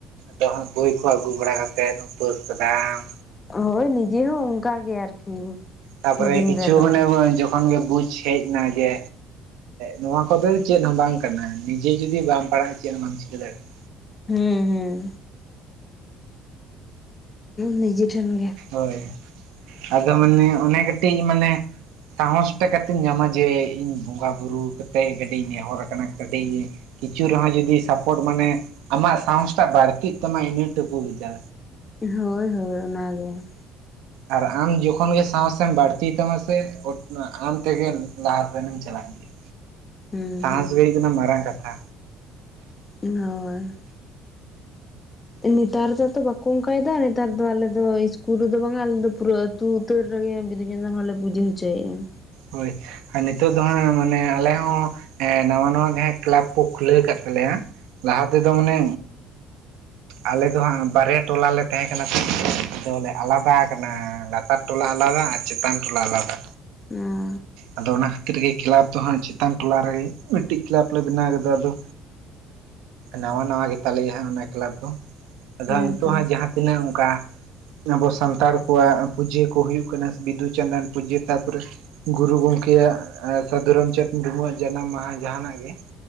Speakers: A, on the right; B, on the left.
A: ᱟᱫᱚ ᱦᱜ ᱵᱳᱭ ᱠᱚ ᱟᱹᱜᱩ ᱵᱟᱲᱟ ᱠᱟ ᱠᱟᱛᱮᱫ ᱩᱯᱟᱹᱥ ᱟᱠᱟᱫᱟᱢ
B: ᱦᱳᱭ ᱱᱤᱡᱮ ᱦᱚᱸ ᱚᱱᱠᱟᱜᱮ ᱟᱨᱠᱤ
A: ᱛᱟᱨᱯᱚᱨᱮ
B: ᱦᱩᱰᱤᱧ
A: ᱠᱤᱪᱷᱩ
B: ᱨᱮᱫᱚ
A: ᱢᱟᱱᱮ ᱡᱚᱠᱷᱚᱱ ᱜᱮ ᱵᱩᱡᱽ ᱦᱮᱡ ᱱᱟ ᱡᱮ ᱱᱚᱣᱟ ᱠᱚᱫᱚ ᱪᱮᱫ ᱦᱚᱸ ᱵᱟᱝ ᱠᱟᱱᱟ ᱱᱤᱡᱮ ᱡᱩᱚᱫᱤ ᱵᱟᱢ ᱯᱟᱲᱦᱟᱜᱼᱟ ᱪᱮᱫ ᱦᱚᱸ ᱵᱟᱢ ᱪᱤᱠᱟᱹ ᱫᱟᱲᱮᱭᱟᱜᱼᱟ
B: ᱦᱮᱸ ᱦᱮᱸ ᱱᱤᱡᱮ ᱴᱷᱮᱱ ᱜᱮ
A: ᱦᱳᱭ ᱟᱫᱚ ᱢᱟᱱᱮ ᱚᱱᱮ ᱠᱟᱹᱴᱤᱡ ᱢᱟᱱᱮ ᱥᱟᱦᱚᱥ ᱮᱴᱟ ᱠᱟᱛᱮᱧ ᱧᱟᱢᱟ ᱡᱮ ᱤᱧ ᱵᱚᱸᱜᱟ ᱵᱩᱨᱩ ᱠᱟᱛᱮᱮᱫ ᱠᱟᱹᱴᱤᱡ ᱤᱧ ᱱᱮᱦᱚᱨ ᱟᱠᱟᱱᱟ ᱠᱟᱹᱴᱤᱡ ᱠᱤᱪᱷᱩ ᱨᱮᱦᱚᱸ ᱡᱩᱫᱤ ᱥᱟᱯᱳᱴ ᱢᱟᱱᱮ ᱟᱢᱟᱜ ᱥᱚᱝᱥᱷᱟ ᱵᱟᱹᱲᱛᱤᱜ ᱛᱟᱢᱟ ᱤᱱᱟᱹᱴᱩᱠᱩ ᱵᱷᱟ
B: ᱦᱳᱭ ᱦᱳᱭ ᱚᱱᱟᱱᱟᱜᱮ
A: ᱟᱨ ᱟᱢ ᱡᱚᱠᱷᱚᱱ ᱜᱮ ᱥᱟᱶᱥᱢ ᱵᱟᱹᱲᱛᱤᱭ ᱛᱟᱢᱟ ᱥᱮ ᱟᱢ ᱛᱮᱜᱮ ᱞᱟᱦᱟ ᱥᱮᱱᱢ ᱪᱟᱞᱟᱣ ᱤᱫᱤᱭᱼᱟ
B: ᱦᱩᱸ
A: ᱥᱟᱦᱥ
B: ᱦᱩᱸ
A: ᱜᱮ ᱦᱩᱭᱩᱜ ᱠᱟᱱᱟ ᱢᱟᱨᱟᱝ ᱠᱟᱛᱷᱟ
B: <unintelligible> ᱦᱳᱭ ᱱᱮᱛᱟᱨ ᱫᱚ ᱛᱚ ᱵᱟᱠᱚ ᱚᱱᱠᱟᱭᱮᱫᱟ ᱱᱮᱛᱟᱨ ᱫᱚ ᱟᱞᱮ ᱫᱚ ᱤᱥᱠᱩᱞ ᱨᱮᱫᱚ ᱵᱟᱝ ᱟᱞᱮᱫ ᱫᱚ ᱯᱩᱨᱟᱹ ᱛᱩ ᱩᱛᱟᱹᱨ ᱨᱮᱜᱮ ᱵᱤᱫᱩ ᱪᱟᱸᱫᱟᱱ ᱦᱚᱸᱞᱮ ᱯᱩᱡᱟᱹ ᱦᱚᱪᱚᱭᱮᱫᱼᱟ
A: ᱦᱳᱭ ᱱᱤᱛᱚᱜ ᱫᱚ ᱦᱟᱸᱜ ᱢᱟᱱᱮ ᱟᱞᱮ ᱦᱚᱸ ᱮᱸᱜ ᱱᱟᱣᱟ ᱱᱟᱣᱟ ᱡᱟᱦᱟᱸ ᱠᱞᱟᱵᱽ ᱠᱚ ᱠᱷᱩᱞᱟᱹᱣ ᱠᱫ ᱛᱟᱞᱮᱭᱟ ᱞᱟᱦᱟ ᱛᱮᱫᱚ ᱢᱟᱱᱮ ᱟᱞᱮ ᱫᱚ ᱦᱟᱸᱜ ᱵᱟᱨᱭᱟ ᱴᱚᱞᱟᱞᱮ ᱛᱟᱦᱮᱸᱠᱟᱱᱟ ᱛ ᱟᱫᱚᱞᱮ ᱟᱞᱟᱫᱟ ᱠᱟᱱᱟ ᱞᱟᱛᱟᱨ ᱴᱚᱞᱟ ᱟᱞᱟᱫᱟ ᱟᱨ ᱪᱮᱛᱟᱱ ᱴᱚᱞᱟ ᱟᱞᱟᱫᱟ
B: ᱦᱮᱸ
A: ᱟᱫᱚ ᱚᱱᱟ ᱠᱷᱟᱹᱛᱤᱨ ᱠᱟᱹ ᱨᱮ ᱜᱮ ᱠᱮᱞᱟᱯ ᱫᱚ ᱦᱟᱸᱜ ᱪᱮᱛᱟᱱ ᱴᱚᱞᱟ ᱨᱮᱜᱮ ᱢᱤᱫᱴᱤᱡ ᱠᱮᱞᱟᱯ ᱞᱮ ᱵᱮᱱᱟᱣ ᱠᱮᱫᱟ ᱟᱫᱚ ᱱᱟᱣᱟ ᱱᱟᱣᱟ ᱜᱮᱛᱟᱞᱮᱭᱟ ᱦᱟᱸᱜ ᱚᱱᱟ ᱠᱞᱟᱵᱽ ᱫᱚ ᱟᱫᱚ ᱦᱟᱸᱜ
B: ᱚ ᱦᱮᱸᱛᱚ
A: ᱱᱤᱛᱳᱜ ᱦᱜ ᱡᱟᱦᱟᱸᱛᱤᱱᱟᱹᱜ ᱚᱱᱠᱟ ᱟᱵᱚ ᱥᱟᱱᱛᱟᱲ ᱠᱚᱣᱟᱜ ᱯᱩᱡᱟᱹ ᱠᱚ ᱦᱩᱭᱩᱜ ᱠᱟᱱᱟ ᱵᱤᱫᱫᱩᱼ ᱪᱟᱸᱫᱟᱱ ᱯᱩᱡᱟᱹ ᱛᱟᱯᱚᱨᱮ ᱜᱩᱨᱩ ᱜᱚᱢᱠᱮᱭᱟᱜ ᱥᱟᱫᱷᱩ ᱨᱟᱢᱪᱟᱸᱫᱽ ᱢᱩᱨᱢᱩᱣᱟᱜ ᱡᱟᱱᱟᱢ ᱢᱟᱦᱟ ᱡᱟᱦᱟᱱᱟᱜ ᱜᱮ